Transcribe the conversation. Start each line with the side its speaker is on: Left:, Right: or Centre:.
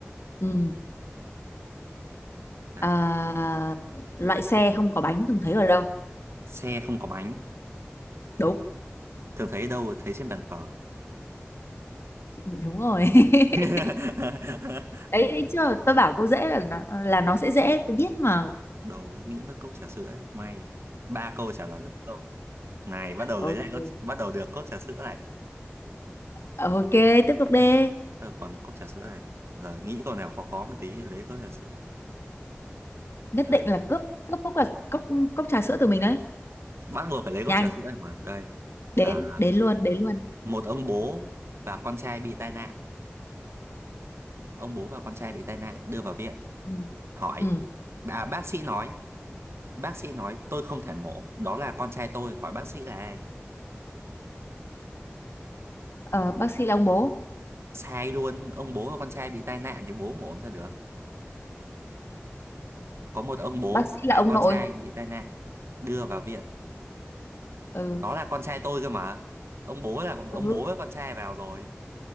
Left: ừ.
Right: Nào.
Left: à, loại xe không có bánh thường thấy ở đâu
Right: xe không có bánh
Left: đúng
Right: thường thấy đâu thấy trên bàn cờ
Left: Ừ, đúng rồi
Right: <laughs>
Left: <laughs> đấy, đấy chưa tôi bảo câu dễ là nó là nó sẽ dễ tôi biết mà
Right: đầu cứ nghĩ mất cốc trà sữa ấy may ba câu trả lời đúng câu này bắt đầu
Left: ok
Right: lấy lại cốc, bắt đầu được cốc trà sữa này
Left: ok tiếp tục đi
Right: <laughs> À, còn cốc trà sữa này giờ nghĩ câu nào khó khó một tí lấy cốc trà sữa
Left: nhất
Right: Đấy.
Left: định là cướp cướp cốc là cốc cốc trà sữa từ mình đấy
Right: bắt buộc phải lấy cốc
Left: nhanh
Right: trà sữa này mà đây là
Left: đến đến luôn đến luôn
Right: một ông bố và con trai bị tai nạn ông bố và con trai bị tai nạn đưa vào viện
Left: ừ.
Right: hỏi
Left: Ừ.
Right: à, bác sĩ nói bác sĩ nói tôi không thể mổ đó là con trai tôi hỏi bác sĩ là ai
Left: Ờ, bác sĩ là ông bố
Right: sai luôn ông bố và con trai bị tai nạn thì bố mà ốm ra được có một ông bố
Left: bác sĩ là
Right: và
Left: ông
Right: con
Left: nội
Right: trai bị tai nạn đưa vào viện
Left: ừ
Right: đó là con trai tôi cơ mà ông bố là ông
Left: ừ,
Right: bố với con trai vào rồi